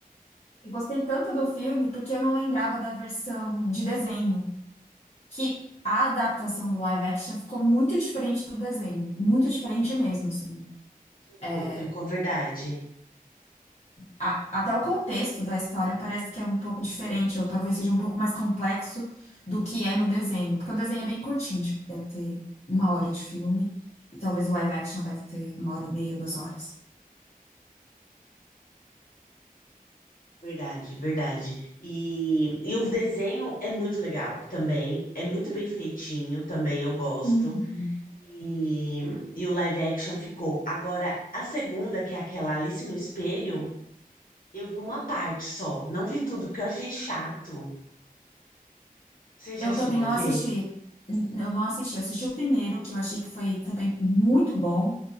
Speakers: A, on the left; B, on the left.
A: Eu gostei tanto do filme porque eu não lembrava da versão de desenho, que a adaptação do live action ficou muito diferente do desenho, muito diferente mesmo, assim.
B: Ficou,
A: É,
B: ficou verdade,
A: a- até o contexto da história parece que é um pouco diferente, ou talvez seja um pouco mais complexo do que é no desenho, porque o desenho é bem curtinho, tipo, deve ter uma hora de filme, e talvez o live action deve ter uma hora e meia, duas horas.
B: verdade, verdade. E, e o desenho é muito legal também, é muito bem feitinho também, eu gosto.
A: Uhum.
B: E, e o live action ficou. Agora, a segunda, que é aquela Alice no Espelho, eu vi uma parte só, não vi tudo porque eu achei chato. Você já
A: Eu
B: chegou
A: também não
B: a ver?
A: assisti, n- eu não assisti, eu assisti o primeiro, que eu achei que foi também muito bom,